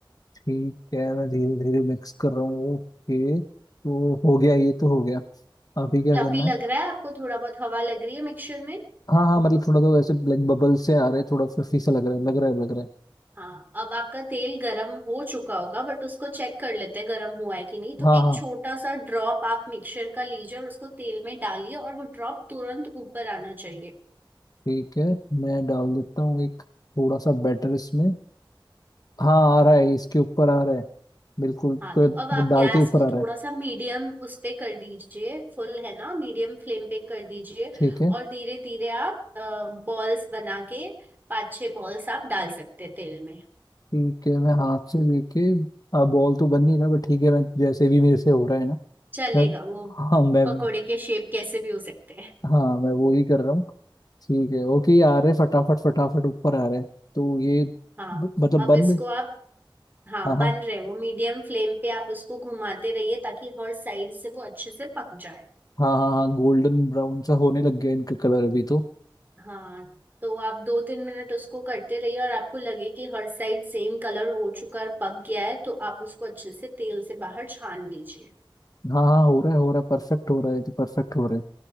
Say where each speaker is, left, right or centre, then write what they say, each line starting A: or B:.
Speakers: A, on the left (about 45°); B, on the right (about 20°).
A: ठीक है मैं धीरे धीरे मिक्स कर रहा हूँ ओके तो हो गया ये तो हो गया अभी क्या
B: फ्लफी
A: करना
B: लग
A: है
B: रहा है आपको थोड़ा बहुत हवा लग रही है मिक्सचर में
A: हाँ हाँ मतलब थोड़ा तो वैसे लाइक बबल से आ रहे हैं, थोड़ा फ्लफी सा लग रहा है लग रहा है लग रहा है
B: हाँ अब आपका तेल गरम हो चुका होगा बट उसको चेक कर लेते हैं गरम हुआ है कि नहीं तो
A: हाँ
B: एक
A: हाँ
B: छोटा सा ड्रॉप आप मिक्सचर का लीजिए और उसको तेल में डालिए और वो ड्रॉप तुरंत ऊपर आना चाहिए
A: ठीक है मैं डाल देता हूँ एक थोड़ा सा बैटर इसमें हाँ आ रहा है इसके ऊपर आ रहा है बिल्कुल
B: हाँ
A: तो
B: तो
A: मतलब
B: अब आप
A: डालते
B: गैस
A: ही ऊपर
B: को
A: आ रहा
B: थोड़ा
A: है
B: सा मीडियम उस पे कर दीजिए फुल है ना मीडियम फ्लेम पे कर दीजिए
A: ठीक है
B: और धीरे धीरे आप बॉल्स बना के पांच छह बॉल्स आप डाल सकते हैं तेल में
A: ठीक है मैं हाथ से लेके बॉल तो बन नहीं रहा बट ठीक है मैं जैसे भी मेरे से हो रहा है ना
B: चलेगा
A: मैं
B: वो
A: हाँ मैं
B: पकोड़े के शेप कैसे भी हो सकते हैं
A: हाँ मैं वो ही कर रहा हूँ ठीक है ओके ये आ रहे फटाफट फटाफट ऊपर आ रहे हैं तो ये
B: हाँ
A: ब- मतलब
B: अब
A: बन
B: इसको
A: रहे।
B: आप हाँ
A: हाँ
B: बन
A: हाँ
B: रहे वो मीडियम फ्लेम पे आप उसको घुमाते रहिए ताकि हर साइड से वो अच्छे से पक जाए
A: हाँ हाँ हाँ गोल्डन ब्राउन सा होने लग गया इनका कलर अभी तो
B: हाँ तो आप दो तीन मिनट उसको करते रहिए और आपको लगे कि हर साइड सेम कलर हो चुका और पक गया है तो आप उसको अच्छे से तेल से बाहर छान लीजिए
A: हाँ हाँ हो रहा है हो रहा है परफेक्ट हो रहा है तो परफेक्ट हो रहा है